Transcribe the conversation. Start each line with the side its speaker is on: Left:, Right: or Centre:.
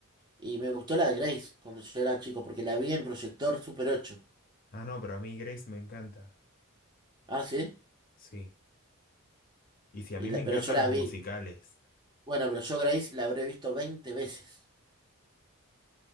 Right: Y me gustó la de Grace cuando yo era chico, porque la vi en proyector Super 8.
Left: Ah, no, pero a mí Grace me encanta.
Right: Ah, sí.
Left: Sí. Y si a
Right: Y
Left: mí
Right: la-
Left: me
Right: pero
Left: encantan
Right: yo la
Left: los
Right: vi.
Left: musicales.
Right: Bueno, pero yo Grace la habré visto 20 veces.